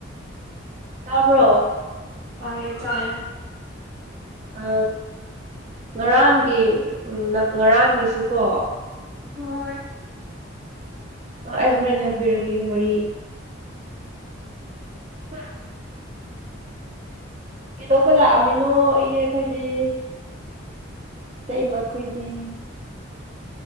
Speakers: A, on the right; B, on the right.
A: ꯇꯥꯕ꯭ꯔꯣ
B: ꯇꯥꯏꯌꯦ ꯆꯥꯏꯌꯦ
A: ꯑ ꯉꯔꯥꯡꯒꯤ ꯎ ꯉꯔꯥꯡꯒꯤꯁꯨ ꯀꯣ
B: ꯍꯣꯏ
A: ꯑ ꯑꯩ ꯍꯣꯔꯦꯟ ꯍꯥꯏꯕꯤꯔꯀꯦ ꯋꯥꯔꯤ ꯍ ꯀꯤꯗꯧꯕ ꯂꯛꯑꯝꯃꯤꯅꯣ ꯏꯅꯦ ꯈꯣꯏꯗꯤ ꯑꯇꯩꯃ ꯈꯣꯏꯗꯤ